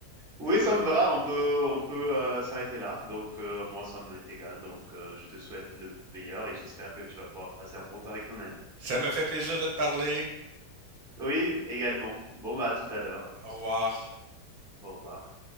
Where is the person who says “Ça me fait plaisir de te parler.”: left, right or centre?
Right